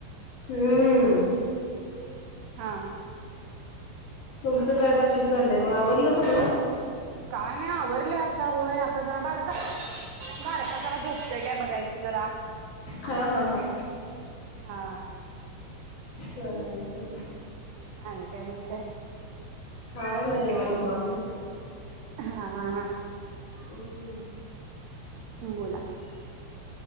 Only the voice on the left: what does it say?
हम्म!
तुमचं काय बाकी चाललंय मग आवरलं सगळं?
हा हा हा
चालेल चालेल.
काय नाही बघा निवांत. आहे.
हम्म!